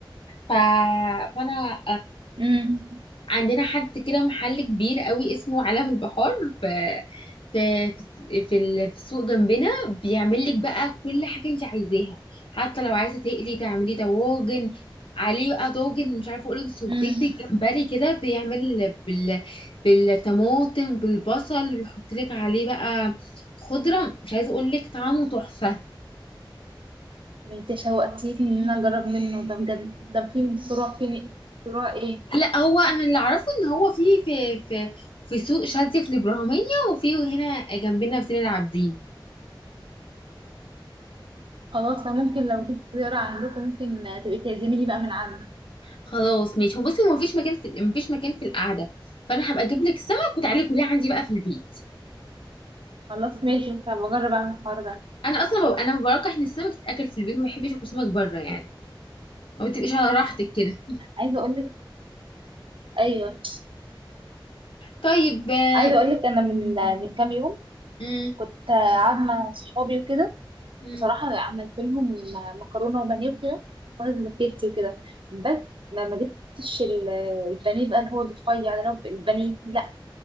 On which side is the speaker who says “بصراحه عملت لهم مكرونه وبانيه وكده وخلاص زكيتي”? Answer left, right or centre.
Right